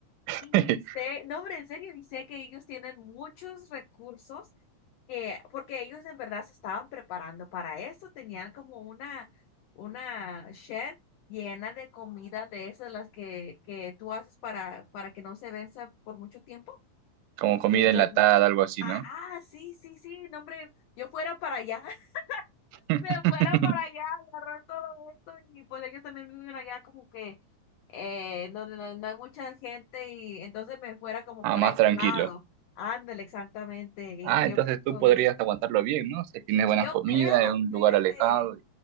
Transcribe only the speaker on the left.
Y sé, no, hombre, en serio, y sé que ellos tienen muchos recursos, eh, porque ellos en verdad se estaban preparando para eso, tenían como una, una shed llena de comida de esas, las que, que tú haces para, para que no se venza por mucho tiempo
eh,
tem-
Ajá,
sí, sí, sí, no, hombre, yo fuera para allá, <laughs>
me fuera para allá, agarrar todo esto y pues ellos también viven allá como que eh, donde no, no no hay mucha gente, y entonces me fuera como
para
ese
lado, ándale, exactamente, y
yo
creo,
yo
creo,
fíjate.